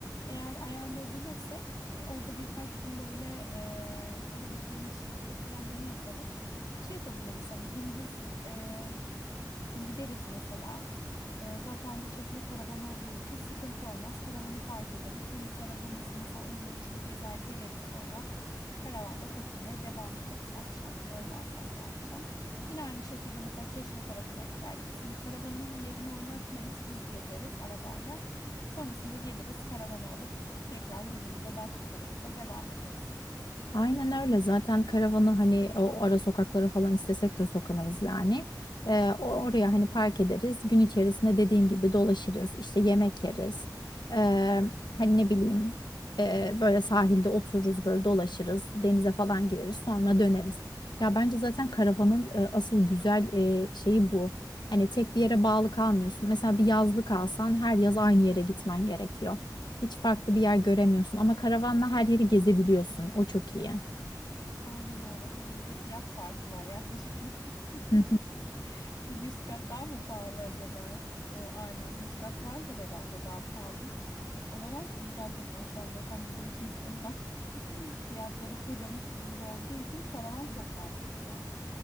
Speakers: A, on the left (about 60°); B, on the left (about 80°).
A: Eğer ayarlayabilirsek e, orada birkaç gün böyle e, kalabileceğimiz şekilde planlama yapalım. Şey yapabiliriz hani gündüz e, Gideriz mesela. Ee, zaten çekme karavanı olduğu için sıkıntı olmaz. Karavanı park ederiz. Gündüz arabamızla mesela Urla içini gezer geliriz. Sonra karavanda takılmaya devam ederiz akşam, öğleden sonra ve akşam. Yine aynı şekilde mesela Çeşme tarafına gider gez. Hani karavanın yerini oynatmayız. Biz gezeriz arabayla. Sonrasında geliriz karavanı alıp tekrar yolumuza Datça tarafında devam ederiz.
B: Aynen öyle. Zaten karavanı hani o ara sokaklara falan istesek de sokamayız yani. Ee, o- oraya hani park ederiz. Gün içerisinde dediğin gibi dolaşırız. İşte yemek yeriz. Ee, hani ne bileyim ee, böyle sahilde otururuz böyle dolaşırız. Denize falan gireriz sonra döneriz. Ya bence zaten karavanın e, asıl güzel e, şeyi bu. Hani tek bir yere bağlı kalmıyorsun. Mesela bir yazlık alsan her yaz aynı yere gitmen gerekiyor. Hiç farklı bir yer göremiyorsun ama karavanla her yeri gezebiliyorsun. O çok iyi.
A: Aynen öyle. Tabii bir de fiyat farkı var. Yaklaşık bir,
B: Hı hı.
A: <laughs> bir 100 kat daha mı pahalı acaba? Yo, aynen 100 kat vardır herhalde daha pahalı. Olarak E, gerçekten şu an zaten biliyorsun ki emlak <laughs> fiyatları fırlamış durumda olduğu için karavan çok mantıklı yani.